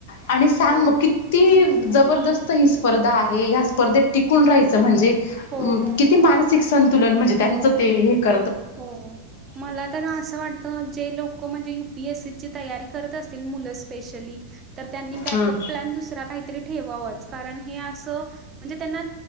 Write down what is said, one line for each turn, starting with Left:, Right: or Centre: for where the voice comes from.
Left: आणि सांग,
Right: हो
Left: मग किती जबरदस्त ही स्पर्धा आहे, ह्या स्पर्धेत टिकून राहायचं म्हणजे.
Right: हो हो हो
Left: किती मानसिक संतुलन म्हणजे त्यांच
Right: हो.
Left: ते हे क
Right: हो मला तर असं वाटत, जे लोक म्हणजे यु पी एस सी ची तयारी करत असत तील मुलं स्पेशली तर त्यांनी बॅकअप
Left: हम्म
Right: प्लॅन दुसरा काहीतरी ठेवावाचं, कारण हे आसं म्हणजे त्यांना